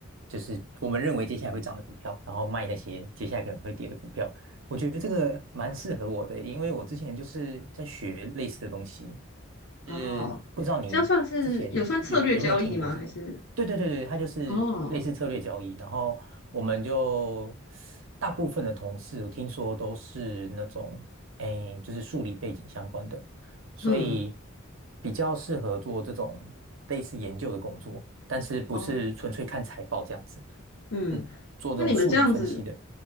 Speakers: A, on the right (about 65°); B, on the left (about 70°).
A: 就是我们认为接下来会涨的股票，然后卖那些接下来可能会跌的股票。我觉得这个蛮适合我的，因为我之前就是在学类似的东西，
B: 哦，
A: 是不知道你之前有有没有听过这个？
B: 这样算是有算策略交易吗？还是
A: 对对对对，它就是类似策略交易。
B: 哦，
A: 然后我们就大部分的同事，听说都是那种哎，就是数理背景相关的，所以
B: 嗯
A: 比较适合做这种类似研究的工作，但是不是纯粹看财报这样子，
B: 哦，嗯？
A: 嗯，做这种数理分析的。
B: 那你们这样子，